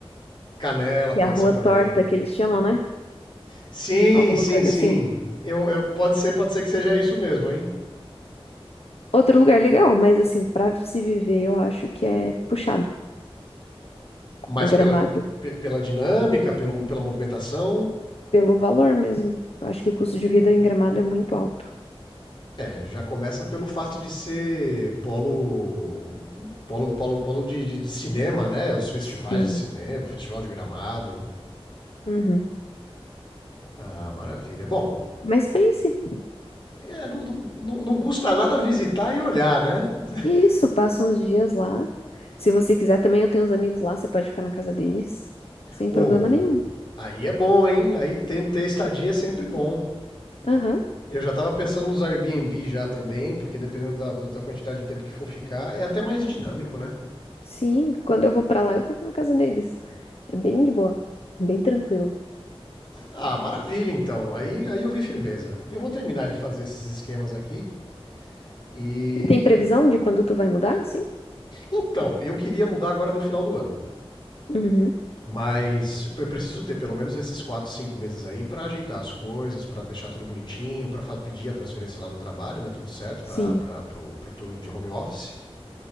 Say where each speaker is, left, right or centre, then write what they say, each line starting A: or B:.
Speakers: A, on the left; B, on the left.
A: Canela
B: Que
A: pode
B: é a Rua
A: ser também.
B: Torta que eles chamam, né?
A: Sim,
B: Alguma
A: sim,
B: coisa
A: sim.
B: assim.
A: Eu, eu- pode ser, pode ser que seja isso mesmo, hein?
B: Outro lugar legal, mas assim, pra se viver, eu acho que é puxado.
A: Mas
B: É
A: pela,
B: Gramado.
A: pela dinâmica, pelo, pela movimentação,
B: Pelo valor mesmo. Eu acho que o custo de vida em Gramado é muito alto.
A: é, já começa pelo fato de ser polo polo, polo, polo de, de- de cinema, né? Os festivais
B: Sim.
A: de cinema, festival de gramado.
B: Uhum.
A: Ah, maravilha. Bom,
B: Mas pense,
A: é, não, não- não- custa nada visitar e olhar, né? <laughs>
B: isso, passa uns dias lá. Se você quiser, também eu tenho uns amigos lá, você pode ficar na casa deles, sem
A: Ô,
B: problema nenhum.
A: aí é bom, hein? Aí ter, ter estadia é sempre bom.
B: Aham.
A: Eu já estava pensando nos Airbnb já também, porque dependendo da, da quantidade de tempo que for ficar, é até mais dinâmico, né?
B: Sim, quando eu vou pra lá, eu fico na casa deles. É bem de boa, É bem tranquilo.
A: Ah, maravilha então. Aí, aí eu vi firmeza. Eu vou terminar de fazer esses esquemas aqui. E,
B: E tem previsão
A: e-
B: de quando tu vai mudar? Sim.
A: Então, eu queria mudar agora no final do ano.
B: Uhum.
A: Mas eu preciso ter pelo menos esses 4, 5 meses aí pra ajeitar as coisas, pra deixar tudo bonitinho, pra fa- pedir a transferência lá no trabalho, né? Tudo certo,
B: Sim.
A: para pro, pro turno de home office.